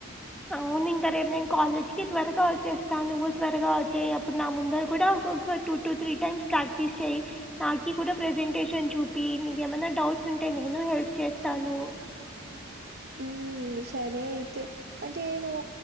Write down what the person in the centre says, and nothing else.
అవును ఇంకా రేపు నేను కాలేజ్ కి త్వరగా వచ్చేస్తాను నువ్వు త్వరగా వచ్చేయి అప్పుడు నా ముందర కూడా ఒక two to three times practice చేయి నాకి కూడా ప్రెజెంటేషన్ చూప్ ఇ నీకేమైనా డౌట్స్ ఉంటే నేను హెల్ప్ చేస్తాను